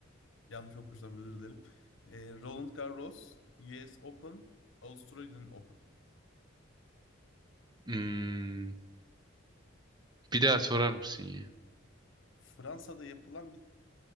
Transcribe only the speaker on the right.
Hmm, bir daha sorar mısın ya?